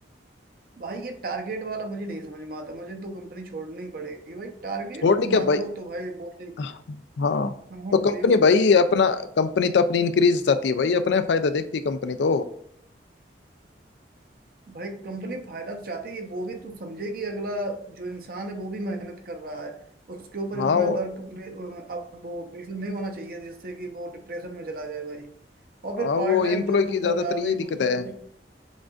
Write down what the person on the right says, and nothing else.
भाई ये टारगेट वाला मुझे नहीं समझ में आता मुझे तो कंपनी छोड़नी ही पड़ेगी भाई टारगेट
ना
करो तो भाई बोले
हाँ हाँ
बोलिए बोलिए
भाई कंपनी फायदा तो चाहती है वो भी तो समझे कि अगला जो इंसान है वो भी मेहनत कर रहा है उसके ऊपर इतना
वर्क अब वो प्रेशर नहीं होना चाहिए जिससे कि वो डिप्रेशन में चला जाए भाई और फिर
पार्ट
टाइम
जॉब जो
कर रहा है भाई
वो तो
हम्म